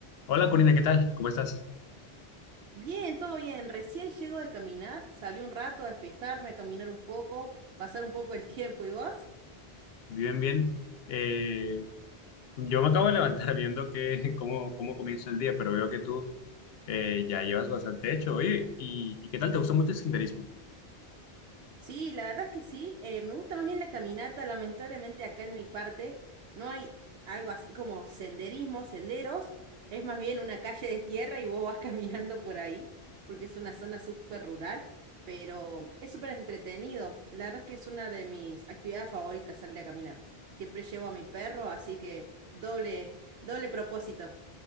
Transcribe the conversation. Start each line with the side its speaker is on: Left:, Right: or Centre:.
Left: Hola Corina, ¿qué tal? ¿Cómo estás?
Right: Bien, todo bien. Recién llego de caminar, salí un rato a despejarme, a caminar un poco, pasar un poco el tiempo. ¿Y vos?
Left: Bien, bien. Eh, yo me acabo de levantar <laughs> viendo que, cómo, cómo comienza el día, pero veo que tú eh, ya llevas bastante hecho. Oye, ¿y, y qué tal? ¿Te gusta mucho el senderismo?
Right: Sí, la verdad es que sí. eh, me gusta más bien la caminata. Lamentablemente acá en mi parte no hay algo así como senderismo, senderos. Es más bien una calle de tierra y vos vas <laughs> caminando por ahí, porque es una zona súper rural, pero es súper entretenido. La verdad es que es una de mis actividades favoritas, salir a caminar. Siempre llevo a mi perro, así que doble, doble propósito.